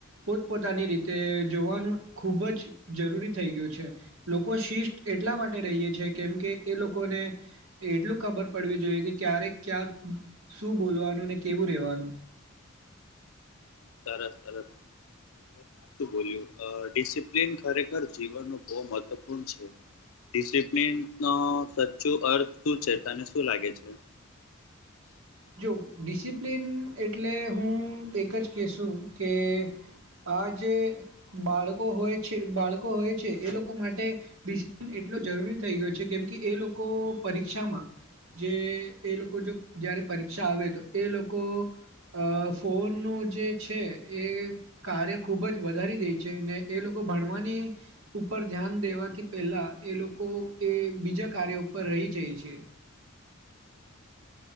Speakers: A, on the right; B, on the left.
A: પોતપોતાની રીતે તે જોવાનું ખૂબ જ જરૂરી થઈ ગયું છે લોકો શિષ્ટ એટલા માટે રહીએે છે કેમ કે એ લોકોને એટલું ખબર પડવી જોઈએ કે ક્યારે ક્યાંક શું બોલવાનું ને કેવું રેવાનું
B: સરસ સરસ સાચું બોલ્યું ડિસિપ્લિન ખરેખર જીવન ન બહ મહત્વપૂર્ણ છે ડિસિપ્લિનનો સાચ્ચું અર્થ શું છે તને શું લાગે છે
A: જો ડિસિપ્લિન એટલે હું એક જ કહેશું કે આ જે બાળકો હોય છે બાળકો હોય છે એ લોકો માટે વિશ એટલો જરૂરી થઈ ગયો છે કેમ કે એ લોકો પરીક્ષામાં જે એ લોકો જો જયારે પરીક્ષા આવે તો એ લોકો અ ફોનનું જે છે એ કાર્ય ખુબ જ વધારી દે છે ને એ લોકો ભણવાની ઉપર ધ્યાન દેવાથી પહેલાં એ લોકો એ બીજા કાર્ય ઉપર રહી જાય છે